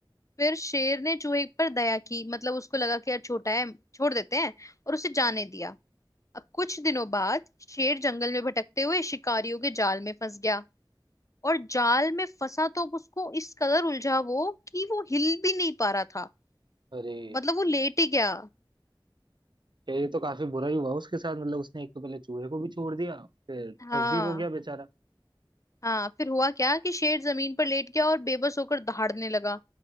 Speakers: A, on the left; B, on the right.
A: फिर शेर ने चूहे पर दया की मतलब उसको लगा कि यार छोटा है छोड़ देते हैं और उसे जाने दिया अब कुछ दिनों बाद शेर जंगल में भटकते हुए शिकारियों के जाल में फंस गया और जाल में फंसा तो अब उसको इस कदर उलझा वो कि वो हिल भी नहीं पा रहा था
B: अरे
A: मतलब वो लेट ही गया
B: यार ये तो काफी बुरा ही हुआ उसके साथ मतलब उसने एक तो पहले चूहे को भी छोड़ दिया फिर
A: हाँ
B: फंस भी हो गया बेचारा
A: हाँ फिर हुआ क्या कि शेर जमीन पर लेट गया और बेबस होकर दहाड़ने लगा